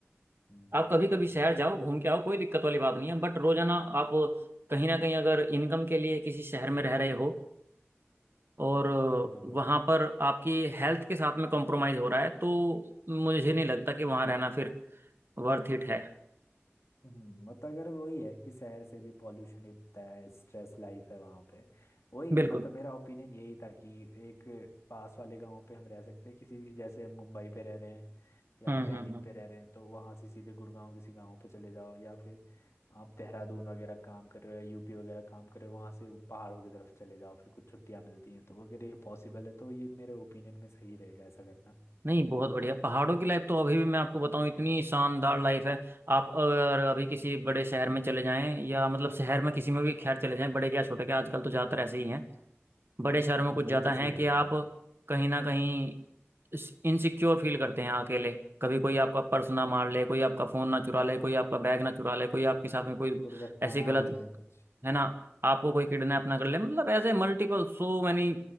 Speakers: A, on the left; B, on the right.
A: हम्म,
B: आप
A: बिल्कुल
B: कभी कभी शहर
A: बिल्कुल
B: जाओ घूम के आओ कोई दिक्कत वाली बात नहीं है बट रोजाना आप कहीं ना कहीं अगर इनकम के लिए किसी शहर में रह रहे हो और
A: बिल्कुल
B: वहाँ पर आपकी हेल्थ के साथ में कॉम्प्रोमाइज़ हो रहा है तो मुझे नहीं लगता कि वहाँ रहना फिर वर्थ इट है
A: हम्म, मतलब अगर वही है कि शहर से भी पॉल्यूशन इतना है स्ट्रेस लाइफ है वहाँ पे वही
B: बिल्कुल
A: मतलब मेरा ओपिनियन यही था कि एक पास वाले गांव पे हम रह सकते हैं किसी भी जैसे हम मुंबई पे रह रहे हैं या
B: हम्म
A: दिल्ली
B: हम्म हम्म
A: पे रह रहे हैं तो वहाँ से सीधे गुड़गांव किसी गांव पे चले जाओ या फिर आप देहरादून वगैरह काम कर रहे हो या यूपी वगैरह काम कर रहे हो वहाँ से वो पहाड़ों की तरफ चले जाओ फिर कुछ छुट्टियाँ मिलती हैं तो अगर ये पॉसिबल है तो ये मेरे ओपिनियन में सही रहेगा ऐसा करना
B: नहीं बहुत बढ़िया पहाड़ों की लाइफ तो अभी भी मैं आपको बताऊं इतनी शानदार लाइफ है आप अगर अभी किसी बड़े शहर में चले जाएं या मतलब शहर में किसी में भी खैर चले जाएं बड़े क्या छोटे क्या आजकल तो ज़्यादातर ऐसे ही हैं बड़े शहरों
A: हम्म,
B: में कुछ ज़्यादा
A: एक जैसे
B: हैं
A: ही हो
B: कि
A: गए हैं
B: आप कहीं ना कहीं इनसिक्योर फील करते हैं अकेले कभी कोई आपका पर्स ना मार ले कोई आपका फ़ोन ना चुरा ले कोई आपका बैग ना चुरा ले कोई आपके साथ में कोई
A: दुर्घटना
B: ऐसी
A: ना
B: गलत
A: हो जाए कुछ
B: है ना आपको कोई किडनैप ना कर ले मतलब ऐसे मल्टीपल सो मैनी